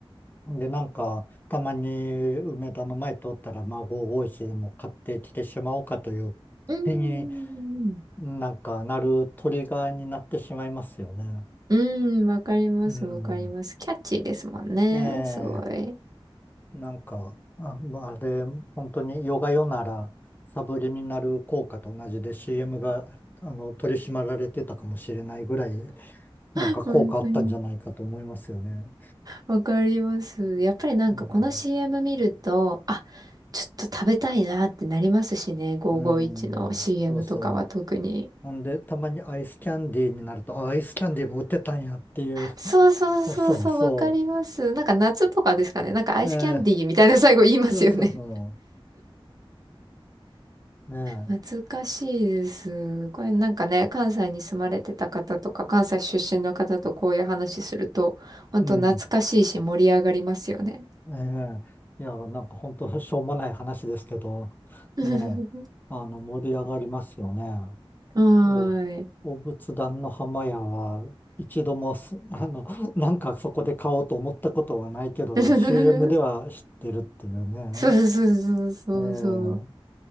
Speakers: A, on the left; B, on the right.
A: う。で、なんか、たまに梅田の前通ったら、まあ、551でも買ってきてしまおうかという
B: ーん。
A: 気になんかなるトリガーになってしまいますよね。
B: うん、わかります、
A: うん。
B: わかります。キャッチーですもんね。
A: ええ、
B: すごい。
A: なんか、あ、まああれ、本当にヨガヨなら、サブリミナル効果と同じで CM が、あの、取り締まられてたかもしれないぐらい、なんか効果あったんじゃないかと思いますよね。
B: <laughs> 本当に。わかります。やっぱりなんかこの
A: なんか。
B: CM 見ると、あ、ちょっと食べたいなってなりますしね。551の
A: うーん、
B: CM
A: そうそう。
B: とかは特に。
A: ほんで、たまにアイスキャンディーになると、あ、アイスキャンディーも売ってたんやっていう。
B: そうそうそうそう、
A: <laughs> そうそうそ
B: わかります。なんか夏とかですかね。なんかアイスキャンディーみたいな最後言いますよね。
A: う。えー、そうそうそう。ね
B: 難しいです。これなんかね、関西に住まれてた方とか、関西出身の方とこういう話すると、本当懐かしいし盛り上がりますよね。
A: え、うん。ええいや、なんか本当しょうもない話ですけど、
B: <laughs>
A: ねえ、あの、盛り上がりますよね。
B: はーい。
A: お、お仏壇の浜屋は、一度もす、<laughs> あの、なんかそこで買おうと思ったことはないけど、
B: <laughs>
A: CM では知ってるっていうね。
B: そうそうそうそうそう。
A: ええ